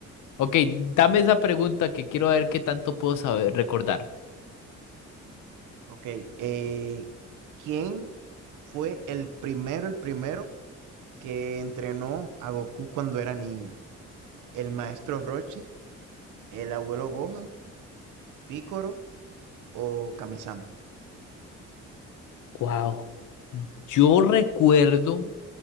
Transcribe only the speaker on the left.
Ok, dame esa pregunta que quiero ver qué tanto puedo saber recordar.
Wow. Yo recuerdo.